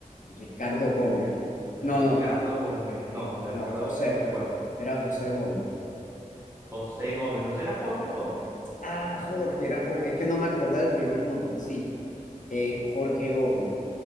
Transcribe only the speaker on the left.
Ricardo Gómez.
No, no,
no, José.
Era José Gómez.
Ah, Jorge, era Jorge. Es que no me acordaba del primer nombre, sí. Eh, Jorge Gómez.